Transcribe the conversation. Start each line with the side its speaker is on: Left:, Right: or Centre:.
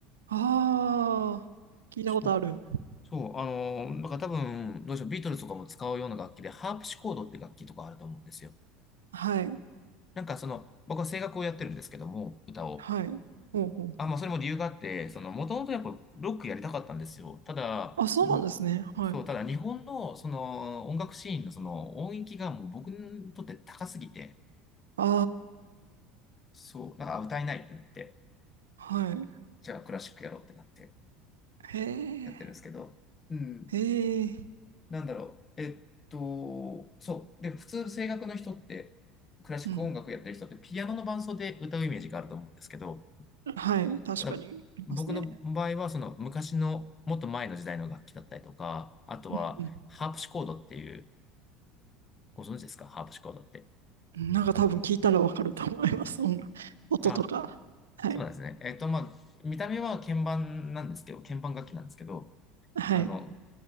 Right: ああ、聞いたことある。
Left: そう、そう、あの、だから多分、どうでしょう、ビートルズとかも使うような楽器で、ハープシコードって楽器とかあると思うんですよ。
Right: はい、
Left: なんかその、僕は声楽をやってるんですけども、歌を。
Right: はい。ほうほう。
Left: あ、まあ、それも理由があって、その、もともとやっぱロックやりたかったんですよ。ただ、
Right: あ、そうなんですね。
Left: に
Right: はい。
Left: そう、ただ日本のその音楽シーンのその音域がもう僕にとって高すぎて、
Right: あ
Left: そう、なんか歌えないってなって、
Right: あ、はい。
Left: じゃあクラシックやろうってなって
Right: へ
Left: やってるんですけど、
Right: え、
Left: うん、
Right: へえ。
Left: なんだろう、えっと、そう、で、普通声楽の人って、クラシック音楽やってる人ってピアノの伴奏で歌うイメージがあると思うんですけど、
Right: うん。はい、確かにありますね。
Left: だ僕の場合は、その昔の、もっと前の時代の楽器だったりとか、あとは、
Right: う
Left: ハープシコードっていう、ご存知ですかハープシコードって。
Right: ん。なんか多分聞いたらわかると思います。音楽、音とか。
Left: あ、
Right: はい。
Left: そうなんですね。えっと、まあ、見た目は鍵盤なんですけど、鍵盤楽器なんですけど、
Right: はい。
Left: あの、